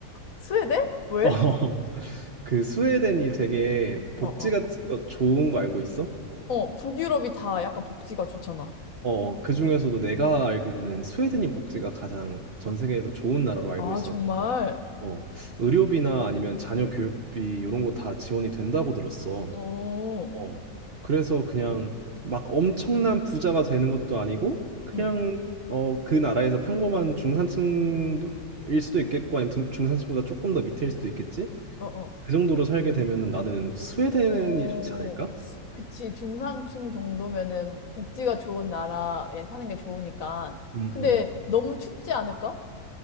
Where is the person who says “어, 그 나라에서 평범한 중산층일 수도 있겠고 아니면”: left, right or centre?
Right